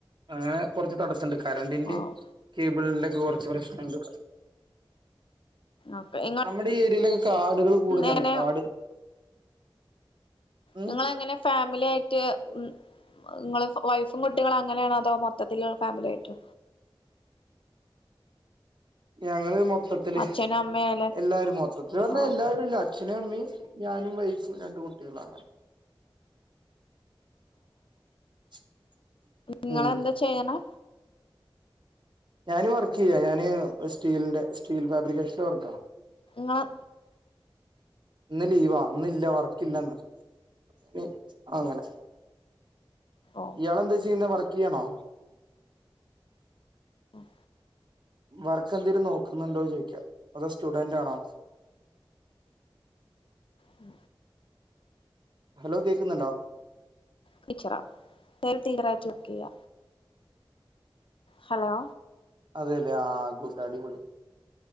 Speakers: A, on the right (about 55°); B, on the left (about 70°).
A: അങ്ങനെ കൊറച്ച് തടസ്സൊണ്ട് കറണ്ടിന്റേം
B: ആഹ്
A: കേ ബ്ള്ന്റെക്കെ കൊറച്ച് പ്രശ്നവോണ്ട്
B: ഓക്കെ ഇങ്ങള്
A: നമ്മടെ ഈ ഏരിലൊക്കെ കാടുകള് കൂടുതലാണെ
B: എങ്ങനെ
A: കാട് ഉം
B: നിങ്ങളെങ്ങനെ ഫാമിലി ആയിട്ട് ഉം നിങ്ങള് വൈഫും കുട്ടികള് അങ്ങനെയാണോ അതോ മൊത്തത്തിലുള്ള ഫാമിലി ആയിട്ടോ
A: ഞങ്ങള് മൊത്തത്തില്
B: അച്ഛനും അമ്മയും
A: എല്ലാരും മൊ ത്തതില് പറഞ്ഞാ
B: ആഹ്
A: എല്ലാവരും ഇല്ല അച്ഛനും അമ്മയും ഞാനും വൈഫും രണ്ട് കുട്ടികളും അങ്ങനെ <inaudible> <inaudible>
B: ഇങ്ങളെന്താ
A: ഉം
B: ചെയ്യണെ
A: ഞാന് വർക്ക് ചെയ്യാ ഞാന് സ്റ്റീലിന്റെ സ്റ്റീൽ ഫാബ്രിക്കേഷൻ്റെ വർക്കാ
B: ങ്ങൾ
A: ഇന്ന് ലീവാ ഇന്ന്ല്ല വർക്കില്ലന്ന് പിൻ അങ്ങന
B: ഓഹ്
A: ഇയാളെന്താ ചെയ്യ്ന്നെ വർക്കിയ്യണോ
B: ആഹ്
A: വർക്കന്തെലും നോക്ക്ന്നൊണ്ടോ ചോയ്ക്കാ അതോ സ്റ്റുഡന്റാണോ
B: ഉം
A: ഹലോ കേക്ക്ന്ന്ണ്ടോ
B: ടീച്ചറാ തേര് ടീലറായ്ട്ട് വർക്കെയ്യ ഹലോ
A: അതെല്ലേ ആഹ് ഗുഡ് അടിപൊളി